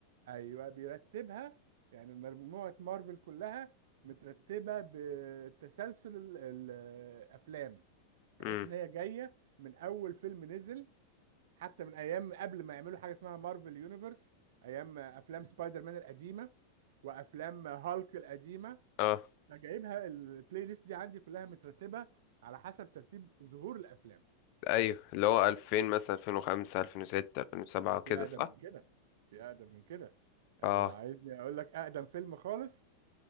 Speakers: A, on the right; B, on the left.
A: ايوه بيرتبها يعني مجموعه مارفل كلها مترتبه بتسلسل ال- ال- الافلام بحيث
B: امم
A: ان هي جايه من اول فيلم نزل حتى من ايام قبل ما يعملوا حاجه اسمها مارفل يونيفرس ايام افلام سبايدر مان القديمه وافلام هالك القديمه
B: امم
A: فجايبها البلاي ليست دي عندي كلها مترتبه على حسب ترتيب ظهور الافلام
B: ايوه اللي هو 2000 مثلا 2005 2006 2007
A: لا في
B: كده
A: اقدم
B: صح
A: من كده في اقدم من كده يعني
B: اه
A: لو عايزني اقول لك اقدم فيلم خالص